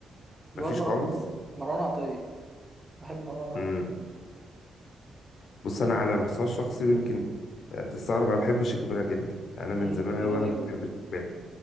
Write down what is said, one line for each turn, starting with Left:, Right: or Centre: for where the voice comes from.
Right: الواد
Left: مفيش
Right: مر-
Left: خالص
Right: مروان عطية بحب مروان عطية
Left: مم. بص انا على المستوى الشخصي ويمكن آه، تستغرب انا بحب شيكابالا جدا انا من
Right: امم
Left: زمان
Right: دي
Left: قوي وانا
Right: غريبة
Left: بحب
Right: دي
Left: شيكابالا